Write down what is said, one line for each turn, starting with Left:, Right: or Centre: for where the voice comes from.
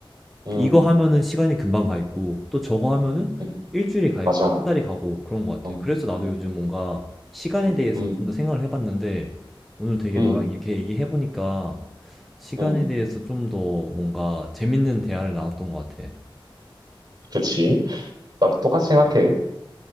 Right: 음,
Centre: 이거 하면은 시간이 금방 가 있고 또 저거 하면은
Right: 음,
Centre: 일주일이 가
Right: 맞아.
Centre: 있고 한 달이 가고 그런 것
Right: 어,
Centre: 같아. 그래서 나도
Right: 음,
Centre: 요즘 뭔가 시간에
Right: 음,
Centre: 대해서
Right: 음,
Centre: 좀 더 생각을 해봤는데 오늘 되게
Right: 음,
Centre: 너랑 이렇게 얘기해보니까 시간에
Right: 음.
Centre: 대해서 좀 더 뭔가 재밌는 대화를 나눴던 것 같아.
Right: 그치. 나도 똑같이 생각해.